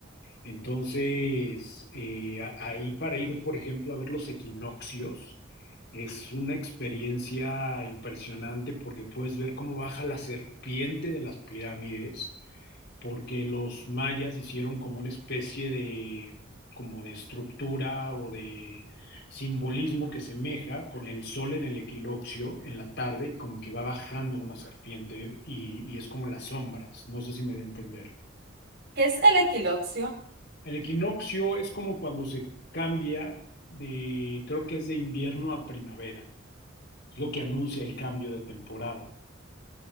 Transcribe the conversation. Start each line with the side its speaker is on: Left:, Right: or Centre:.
Left: Entonces, eh, a- ahí para ir, por ejemplo, a ver los equinoccios, es una experiencia impresionante porque puedes ver cómo baja la serpiente de las pirámides porque los mayas hicieron como una especie de, como de estructura o de simbolismo que semeja con el sol en el equinoccio en la tarde, como que va bajando una serpiente y, y es como las sombras, no sé si me da a entender.
Right: ¿Qué es el equiloccio?
Left: El equinoccio es como cuando se cambia de, creo que es de invierno a primavera, es lo que anuncia el cambio de temporada.